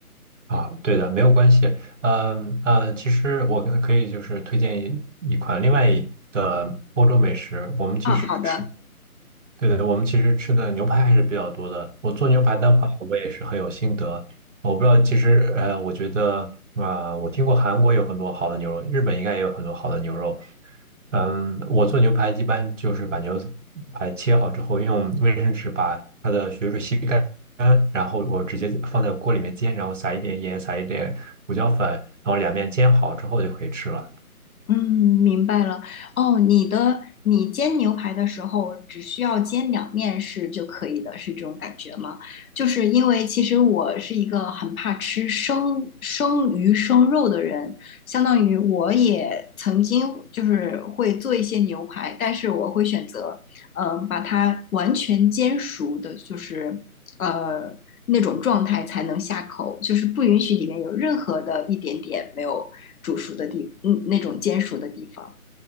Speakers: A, on the right; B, on the left.
A: 啊，对的，没有关系。嗯呃，其实我可可以就是推荐一一款另外一的欧洲美食，我们其实吃
B: 啊？好的，
A: 对的，我们其实吃的牛排还是比较多的。我做牛排的话，我也是很有心得。我不知道，其实呃，我觉得啊、我听过韩国有很多好的牛肉，日本应该也有很多好的牛肉。嗯，我做牛排一般就是把牛排切好之后，用卫生纸把它的血水吸干，然后我直接放在锅里面煎，然后撒一点盐，撒一点胡椒粉，然后两面煎好之后就可以吃了。
B: 嗯，明白了。哦，你的你煎牛排的时候只需要煎两面是就可以的，是这种感觉吗？就是因为其实我是一个很怕吃生生鱼生肉的人，相当于我也曾经就是会做一些牛排，但是我会选择嗯、呃把它完全煎熟的，就是呃那种状态才能下口，就是不允许里面有任何的一点点没有煮熟的地，嗯，那种煎熟的地方。